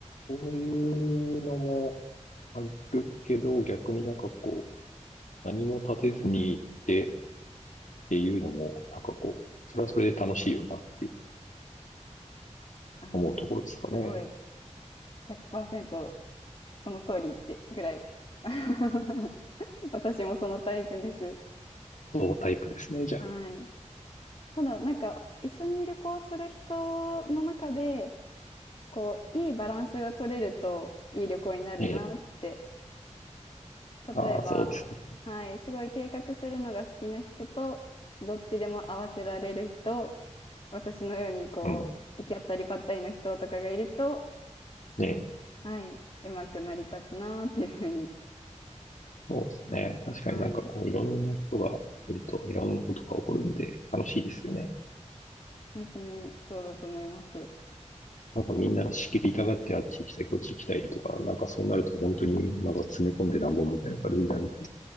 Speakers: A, on the left (about 85°); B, on the left (about 50°).
A: こういうのもあるけど、逆になんかこう、何も立てずに行ってっていうのも、なんかこう、それはそれで楽しいよなっていう
B: あの、
A: 思うところですかね。
B: すごい、100%その通りってぐらい。<laughs> 私もそのタイプです。
A: そうタイプですね、じゃあ。
B: はい。ただ、なんか、一緒に旅行する人の中で、こう、いいバランスが取れると、いい旅行になるなって。
A: ええ。ああ、
B: 例えば、
A: そうですね。
B: はい、すごい計画するのが好きな人と、どっちでも合わせられる人、私のように、こう、
A: うん。
B: 行き当たりばったりの人とかがいると、
A: ねえ。
B: はい、うまく成り立つなーっていうふうに、
A: そうですね。確かになんかこういろんな人がいるといろんなことが起こるんで楽しいですよね。
B: はい、本当にそうだと思います。
A: なんかみんな仕切りたがってあっち行きたい、こっち行きたいとか、なんかそうなると本当になんか詰め込んでなんぼみたいな感じになるんで。